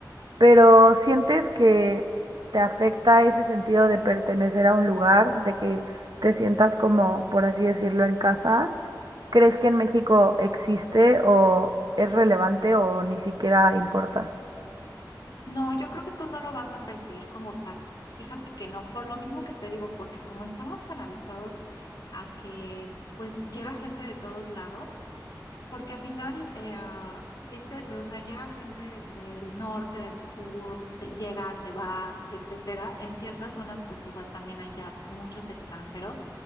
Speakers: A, on the right; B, on the left.
A: pero ¿sientes que te afecta ese sentido de pertenecer a un lugar, de que te sientas como, por así decirlo, en casa? ¿Crees que en México existe o es relevante o ni siquiera importa?
B: No, yo creo que tú no lo vas a percibir como tal. Fíjate que no, por lo mismo que te digo, porque como estamos tan habituados a que pues llega gente de todos lados, Porque al final eh, es eso, o sea, llega gente del norte, del sur, se- llega, se va, etcétera. En ciertas zonas, pues igual también hay ya muchos extranjeros.